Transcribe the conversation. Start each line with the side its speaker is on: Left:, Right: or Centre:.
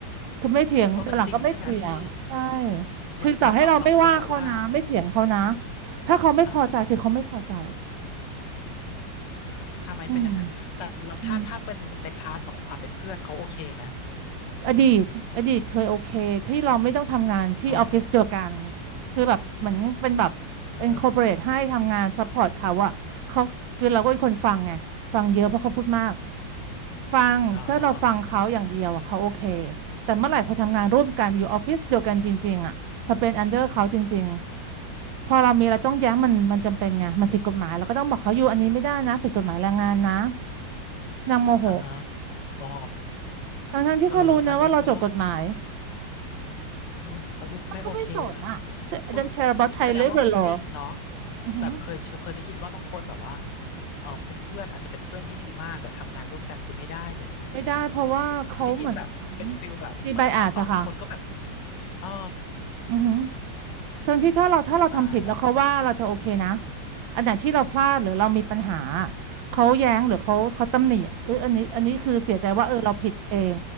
Right: คือไม่เถียงแต่หลังก็ไม่เถียงใช่
Left: เออมันจริงใช่ไหมพี่เหมือนแบบบางบางคนแบบว่า
Right: ถึงต่อให้เราไม่ว่าเขานะไม่เถียงเขานะถ้าเขาไม่พอใจคือเขาไม่พอใจ
Left: อ่า อืมทำไมเป็นอย่างนั้นแต่เราถ้าถ้าเป็นในพาร์ทของความเป็นเพื่อนเขาโอเคไหม
Right: อืมอืม อดีตอดีตเคยโอเคที่เราไม่ต้องทำงานที่ออฟฟิศเดียวกัน
Left: อ๋อ
Right: คือแบบเหมือนเป็นแบบเป็นคอร์ปอเรทให้ทำงานซัพพอร์ตเขาอะเขาคือเราก็เป็นคนฟังไงฟังเยอะเพราะเขาพูดมาก
Left: เอออืม
Right: ฟังถ้าเราฟังเขาอย่างเดียวอะเขาโอเค
Left: อ๋อฮะอ๋อ
Right: แต่เมื่อไหร่พอทำงานร่วมกันอยู่ออฟฟิศเดียวกันจริงๆอะพอเป็นอันเดอร์เขาจริง
Left: อ่าฮะ
Right: ๆพอเรามีอะไรต้องแย้งมันมันจำเป็นไงมันผิดกฎหมายเราก็ต้องบอกเขาอยู่อันนี้ไม่ได้นะผิดกฎหมายแรงงานนะ
Left: อืมอืม
Right: นางโมโห
Left: อ่าฮะอ๋อ
Right: ทั้งทั้งที่เขารู้นะว่าเราจบกฎหมาย
Left: เอออันนี้เชื่อว่าเออเขาดูไม่โอเคอะ
Right: <laughs> เขาก็ไม่สนอ่ะ I
Left: อุ้ย
Right: don't care about Thai
Left: แสดงว่ามันจริงเนาะ
Right: labor law อือหือ
Left: แบบเคยเคยได้ยินว่าบางคนแบบว่าเออเป็นเพื่อนอาจจะเป็นเพื่อนที่ดีมากแต่ทำงานร่วมกันคือไม่ได้เลย
Right: ไม่ได้เพราะว่าเขาเหมือน
Left: เคยได้ยินแบบเป็นฟิลแบบเหมือนแบบบางคนก็แบบ
Right: มี bias อะค่ะ
Left: อ๋อ
Right: อือหือ ส่วนที่ถ้าเราถ้าเราทำผิดแล้วเขาว่าเราจะโอเคนะ
Left: ตายละ
Right: อันไหนที่เราพลาดหรือเรามีปัญหา
Left: อืม
Right: เขาแย้งหรือเขาเขาตำหนิเอออันนี้อันนี้คือเสียใจว่าเออเราผิดเอง